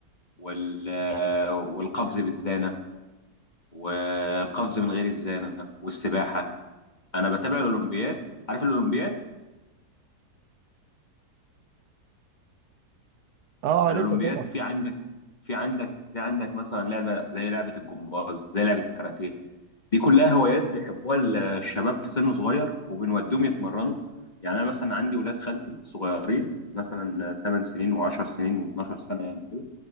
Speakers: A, on the left; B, on the right.
A: وال والقفز بالزانه والقفز من غير الزانه والسباحه انا بتابع الاولمبياد عارف الاولمبياد
B: اه عارفها
A: الاولمبياد
B: طبعا
A: في عندك في عندك في عندك مثلا لعبه زي لعبه الجمباز زي لعبه الكاراتيه دي كلها هوايات بيحبوها ال- الشباب في سن صغير وبنوديهم يتمرنوا يعني انا مثلا عندي ولاد خالتي صغيرين مثلا 8 سنين و10 سنين و12 سنه يعني كده